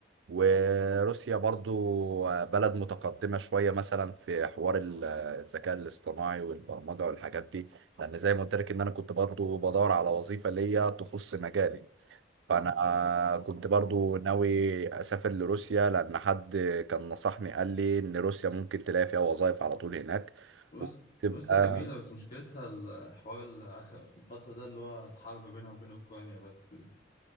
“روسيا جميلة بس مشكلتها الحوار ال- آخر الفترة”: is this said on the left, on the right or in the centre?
Left